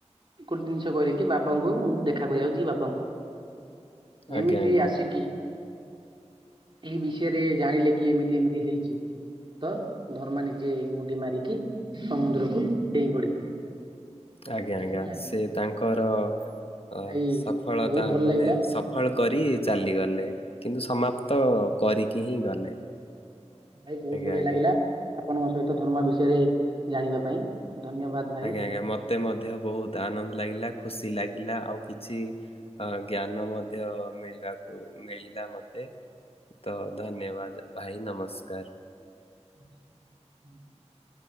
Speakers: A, on the right (about 45°); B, on the left (about 55°).
A: ଗୋଟେ ଜିନିଷ କହିଲେ କି ବାବାଙ୍କୁ ମୁ ଦେଖା କରିବାକୁ ଯିବି ବାପାଙ୍କୁ। ଯେମିତି
B: ଆଜ୍ଞା ଆଜ୍ଞା ଆଜ୍ଞା
A: ଆସିକି। ଏଇ ବିଷୟରେ ଜାଣିଲେ କି ଏମିତି ଏମିତି ହେଇଛି ତ ଧର୍ମା ନିଜେ ମୁଣ୍ଡି ମାରିକି ସମୁଦ୍ରକୁ ଡେଇଁ ପଡିଥିଲେ।
B: ଆଜ୍ଞା
A: ସେଠି
B: ଆଜ୍ଞା
A: ମୁଁ ଜାଣିଛି
B: ସେ ତାଙ୍କର
A: ଏଇ କଥା
B: ଅ
A: ଭାଇ
B: ସଫଳତା
A: ବହୁତ ଭଲ
B: ମାନେ
A: ଲାଗିଲା
B: ସଫଳ କରି ଚାଲିଗଲେ। କିନ୍ତୁ ସମାପ୍ତ କରିକି ହିଁ ଗଲେ।
A: ଭାଇ ବହୁତ
B: ଆଜ୍ଞା
A: ବଢିଆ
B: ଆଜ୍ଞା।
A: ଲାଗିଲା। ଆପଣଙ୍କ ସହିତ ଧରମା ବିଷୟରେ ଜାଣିବା ପାଇଁ ଧନ୍ୟବାଦ ଭାଇ।
B: ଆଜ୍ଞା ଆଜ୍ଞା ମତେ ମଧ୍ୟ ବହୁତ ଆନନ୍ଦ ଲାଗିଲା ଖୁସି ଲାଗିଲା। ନା ଆଉ କିଛି ଅଁ ଜ୍ଞାନ ମଧ୍ୟ ମିଳିବାକୁ ମିଳିଲା ମତେ। ତ ଧନ୍ୟବାଦ ଭାଇ ନମସ୍କାର।
A: ହ ହୁଁ। <inaudible>